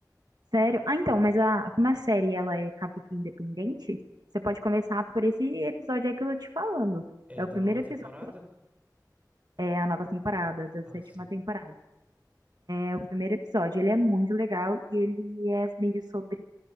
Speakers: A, on the right (about 65°); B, on the right (about 20°).
A: Sério? Ah, então, mas a, como a série ela é capítulo independente, você pode começar por esse episódio aí que eu tô te falando.
B: É
A: É
B: da
A: o primeiro
B: nova temporada?
A: episódio, é a nova temporada, da
B: Ah,
A: sétima
B: sim.
A: temporada. É o primeiro episódio, ele é muito legal e ele é meio sobre